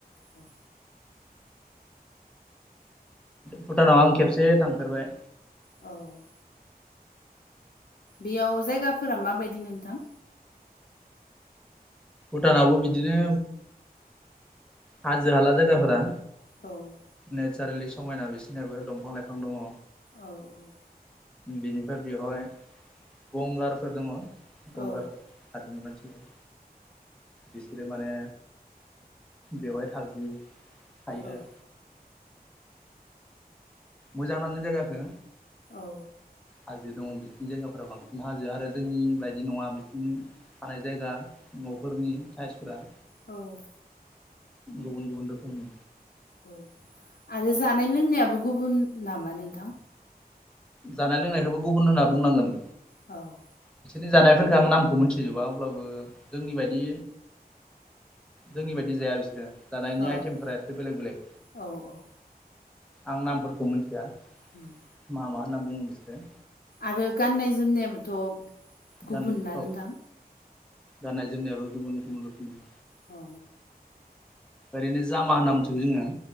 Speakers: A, on the left; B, in the centre.
A: औ
B: भुटानाव आं खेबसे थांफेरबाय।
A: औ बेयाव जायगाफोरा माबायदि नोंथां?
B: भुटानाबबो बिदिनो हाजो हाला जायगाफोरा।
A: औ
B: नेचारेलि समायना बिसोरनियाबो दंफां लाइफां दंङ।
A: औ औ
B: बेनिफ्राय बेवहाय गंगारफोर दंङ। गंगार
A: औ
B: हादोरनि मानसिफोर बिसोरो माने बेवहाय थागि थायो
A: औ
B: आरो मोजां नांङो जायगाखो।
A: औ
B: हाजो दंङ बिसोरनि जायगाफोरा बांसिन हाजो आरो जोंनि बायदि नंङा बिसिनि थानाय जायगा न'फोरनि साइसफोरा
A: औ
B: गुबुन गुबुन रोखोमनि
A: औ आरो जानाय लोंनायाबो गुबुन नामा नोंथां?
B: जानाय लोंनायखौबो गुबुन होनना बुंनांगोन।
A: औ
B: बिसोरनि जानायफोरखो आं नामखौ मोनथिजोबा अब्लाबो जोंनि बायदि जोंनि बायदि जाया बिसोरो। जानायनि
A: औ
B: आइटेमफोरा एसे बेलेग बेलेग
A: औ औ
B: आं नामफोरखौ मिथिया।
A: उम
B: मा मा होनना बुं बिसोरो।
A: आरो गाननाय जोमनायाबोथ' गुबुन
B: गान
A: ना नोंथां
B: औ गाननाय जोमनायाबो गुबुन गुबुन रोखोमनि
A: औ
B: ओरैनो जामा होनना मिथिगौ जोंङो।